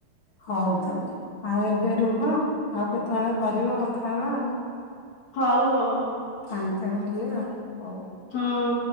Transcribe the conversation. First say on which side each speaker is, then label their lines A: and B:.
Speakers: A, on the left (about 45°); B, on the left (about 70°).
A: ହଉ ତାଲେ ଆଉ ଏବେ ରୁହ ଆଉ କେତବଳେ କରିବ କଥା ହବା ଆଉ।
B: ହଉ ହଉ।
A: ଫାଙ୍କା ମିଳିଲେ ଆଉ ହଉ।
B: ହଁ